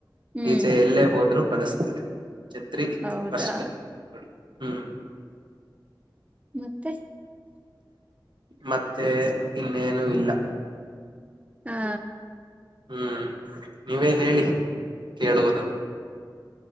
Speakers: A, on the right; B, on the right.
A: ಹ್ಮ್
B: ಈಚೆ ಎಲ್ಲೇ ಹೋದ್ರು ಕಳಸ್ತಾರೆ. ಛತ್ರಿ
A: ಹೌದಾ
B: ಫಸ್ಟ್ ಕೊಡಿ ಹ್ಮ್
A: ಮತ್ತೆ
B: ಮತ್ತೆ ಇನ್ನೇನೂ ಇಲ್ಲ.
A: ಹಾ
B: ಹ್ಮ್ ನೀವೇ ಹೇಳಿ ಕೇಳುವುದನ್ನು